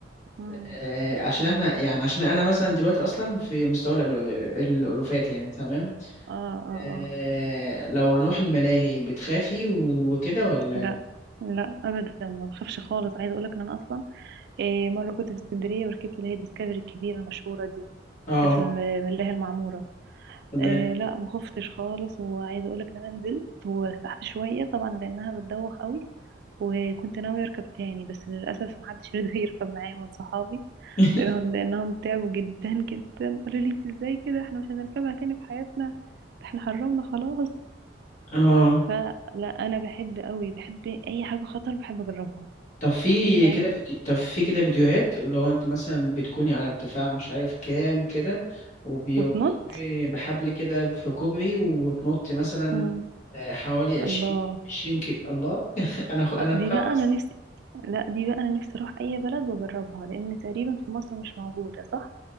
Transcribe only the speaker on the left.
آه عشان احنا يعني عشان انا مثلا دلوقتي اصلا في مستوى الألو- الألوفات يعني تمام
آه
لو هنروح الملاهي بتخافي وكده ولا
اه
تمام
<laughs>
اه
طب في
كده فيديو... طب في كده فيديوهات اللي هو انت مثلا بتكوني على ارتفاع مش عارف كام كده وبتقفي
بحبل كده في كوبري وتنطي مثلا
آه، حوالي عشرين
عشرين كيلو الله <laughs> انا خ... انا
بخاف
اصلا